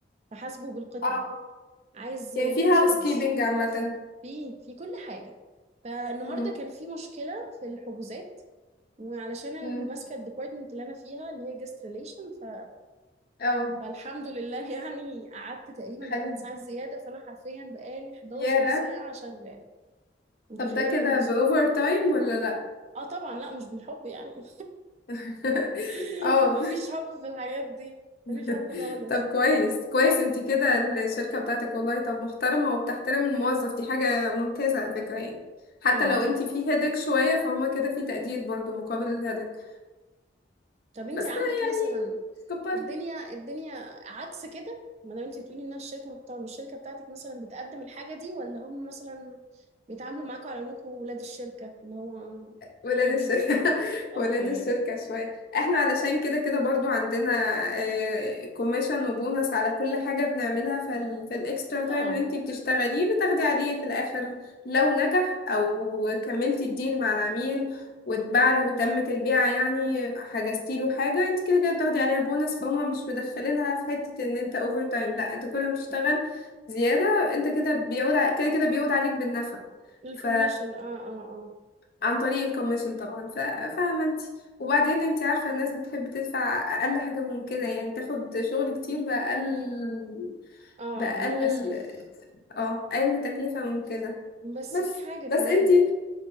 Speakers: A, on the right; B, on the left.
A: فحاسبه بالقطعه
B: اه
A: عايز
B: يعني
A: روم
B: في هاوس
A: سيرفيس
B: كيبنج عامة
A: في في كل حاجه فالنهارده
B: مم.
A: كان في مشكله في الحجوزات وعلشان انا
B: مم.
A: اللي ماسكه الديبارتمنت اللي انا فيها اللي هي جست ريليشن ف...
B: اه
A: فالحمد لله يعني قعدت تقريبا
B: حلو
A: ثلاث ساعات زياده فانا حرفيا بقالي 11
B: ياه
A: ساعه شغاله متخيله
B: طب ده كده
A: يا ميسون
B: بأوفر تايم ولا لأ؟
A: اه طبعا لا مش بالحب يعني <laughs>
B: <laughs>
A: <laughs>
B: اه
A: مفيش حب في الحاجات دي
B: <laughs>
A: مفيش حب خالص
B: طب كويس كويس انتي كده الشركة بتاعتك والله طب محترمة وبتحترم الموظف دي حاجة ممتازة على فكرة يعني حتى
A: اه
B: لو
A: طب
B: انتي في هيدك شوية فهما كده في تقدير برضو مقابل الهيدك
A: طب انت
B: بس
A: عندك
B: يعني
A: مثلا
B: كبري
A: الدنيا الدنيا عكس كده ما دام انت بتقولي انها الشركه محترمه الشركه بتاعتك مثلا بتقدم الحاجه دي ولا هم مثلا بيتعاملوا معاكم على انكم ولاد الشركه اللي هو
B: ولاد
A: يلا
B: الشركة
A: بينا
B: <laughs>
A: اوكي
B: ولاد الشركة شوية احنا علشان كده كده برضو عندنا كوميشن وبونص على كل حاجة بنعملها في ال في الاكسترا تايم
A: اه
B: اللي انتي بتشتغليه بتاخدي عليه في الاخر لو نجح او كملتي الديل مع العميل واتباع له وتمت البيعة يعني حجزتي له حاجة انت كده كده بتاخدي عليها بونص فهم مش مدخلينها في حتة ان انت اوفر تايم لا انت كل ما بتشتغل زيادة انت كده بيعود ع- كده كده بيعود عليك بالنفع
A: الكوميشن
B: ف
A: اه اه اه
B: عن طريق الكوميشن طبعا ف- فاهمة انت وبعدين انت عارفة الناس بتحب تدفع أقل حاجة ممكنة يعني تاخد شغل كتير بأقل
A: اه
B: بأقل
A: للاسف
B: ال- اه أقل تكلفة ممكنة
A: بس
B: بس
A: في حاجه
B: بس
A: كمان
B: انت